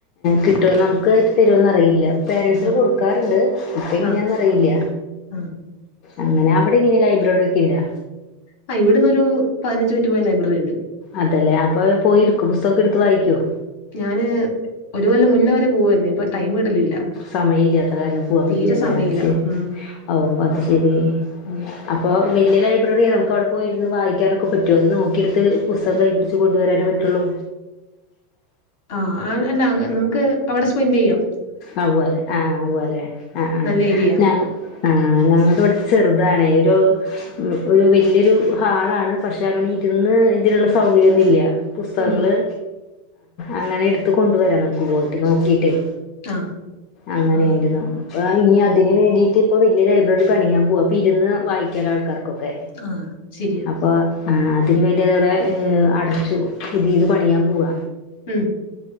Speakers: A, on the left; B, on the left.
A: കിട്ടുന്ന് നമുക് തരോന്നറിയില്ല പേരന്സിന്
B: ആഹ്
A: കൊടുക്കാറുണ്ട് ഇപ്പങ്ങനെയാന്നറിയില്ല
B: ആഹ് ആഹ് ആഹ്
A: അങ്ങനെ അവിടെ ഇങ്ങനെ ലൈബ്രറി ഒക്കെ ഇണ്ടാ
B: ആഹ് ഇവിടന്നൊരു പതിനഞ്ച് മിനിറ്റ് പോയാ ലൈബ്രറി ണ്ട്.
A: അതെല്ലേ അപ്പൊ പോയിടുക്കും പുസ്തകൊക്കെ ഇടുത്ത് വായിക്കോ?
B: ഞാന് ഒരുകൊല്ലം മുന്ന വരെ പോവായിരുന്നു ഇപ്പൊ ടൈം കിട്ടലില്ല.
A: സമയം ഇല്ലാത്ത കാരണം പൂവാ പറ്റില്ലല്ലേ
B: തീരെ സമയമില്ല
A: അത് ശരി
B: ഉം
A: ഔ അത് ശരി.
B: ഉം
A: അപ്പോ വലിയ ലൈബ്രറിയ നമുക്ക് അവിടെ പോയിരുന്ന് വായിക്കാനൊക്കെ പറ്റുമോ? നോക്കിയെടുത്ത് പുസ്തകം കൈയിപിടി കൊണ്ടുവരാനേ പറ്റുള്ളൂ
B: ആഹ് അല്ല നമുക്ക് അവിടെ സ്പെന്റെയ്യാം
A: ആവ് അല്ലേ ആഹ് അല്ലെ ആഹ് ആ
B: നല്ല ഏരിയ
A: ഞ ആഹ് ഞങ്ങടെ ഇവിടെ ചെറുതാണേ ഒരു ഒരു വല്യൊരു ഹാളാണ്. പക്ഷെ അങ്ങനെ ഇരുന്ന് ഇതിനുള്ള സൗകര്യൊന്നും ഇല്യ. പുസ്തകങ്ങള്
B: ഉം
A: അങ്ങനെ ഇട്ത്ത് കൊണ്ടുവരണം നമുക്ക് പോയിട്ട് നോക്കിയിട്ടേ.
B: ആഹ്
A: അങ്ങനെയായിരുന്നു
B: ആഹ്
A: ഇനി അതിന് വേണ്ടിയിട്ട് ഇപ്പൊ വലിയ ലൈബ്രറി പണിയാൻ പോവാ അപ്പൊ ഇരുന്ന് വായിക്കാൻ ആൾക്കാർക്കൊക്കെ
B: ആഹ് ശരിയാ
A: അപ്പോ അതിന് വേണ്ടി അതവിടെ അടച്ചു പുതിയത് പണിയാൻ പോവ.
B: മ്